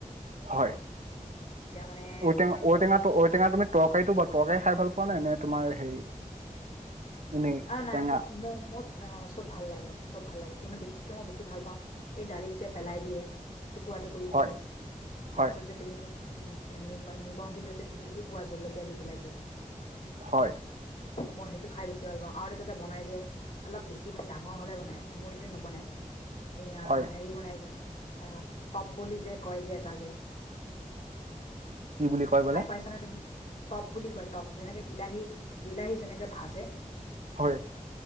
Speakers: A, on the right; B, on the left.
A: হয়,
B: এতিয়া মানে
A: ঔটেঙা
B: মই বৰ
A: ঔটেঙাটো ঔ টো তুমি তৰকাৰীটো বা তৰকাৰী খাই ভাল পাওঁ নে এনে তোমাৰ হেৰি এনেই
B: অ', নাই
A: টেঙা
B: ম ম ম অ', চব ভাল লাগে চব ভাল লাগে কিন্তু বিশেষকে মই বেছি ভাল পাওঁ এই দালিত যে পেলাই দিয়ে। টুকুৰা টুকুৰি
A: হয়
B: কৰি
A: হয়
B: তাৰ পিছত যে তুমি উম নিমখ দি পেলাই যে পিটিকি হোৱা জলকীয়া দি পেলাই যে।
A: হয়।
B: মই সেইটো খাই পাইছোঁ। দে ভাল পাওঁ আৰু যাতে বনাই যে অলপ বেছি মানে ডাঙৰ হ'লে বনাই কোমলতে নবনায়। এয়া
A: হয়
B: হেৰি বনাই যে এ টপ বুলি যে কয় যে এটা যে
A: কি বুলি কয়
B: খাই
A: বোলে
B: পাইছ নে তুমি টপ বুলি কয় টপ যেনেকে বিলাহী বিলাহী যেনেকে ভাজে
A: হয়।